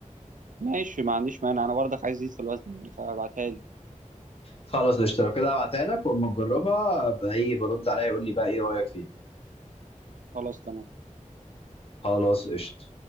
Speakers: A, on the right; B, on the left.
A: ماشي ما عنديش مانع انا برضك عايز ازيد في الوزن يعني، فابعتها لي
B: خلاص قشطة لو كده هبعتها لك واما تجربها بقى ايه برد عليا يقول لي بقى ايه رأيك فيها
A: خلاص تمام
B: خلاص قشطة